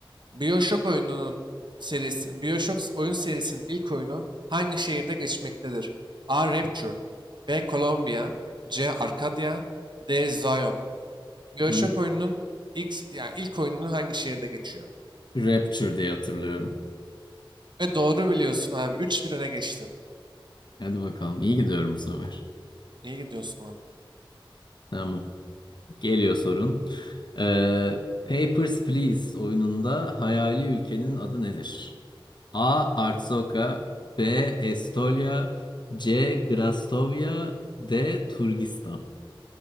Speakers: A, on the right; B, on the left.
A: BioShock oyununun serisi, BioShock oyun serisinin ilk oyunu hangi şehirde geçmektedir? A. Rapture B. Columbia C. Arcadia D. Zion BioShock
B: Bu
A: oyununun ilk, ya ilk oyununun hangi şehirde geçiyor?
B: Rapture diye hatırlıyorum.
A: Ve doğru biliyorsun abi. üç bir öne geçtin.
B: Hadi bakalım iyi gidiyorum bu sefer.
A: İyi gidiyorsun valla.
B: Tamam. Geliyor sorun. Ee, Papers, Please oyununda hayali ülkenin adı nedir? A. Artsoka B. Estolia C. Grastovya D. Turgistan.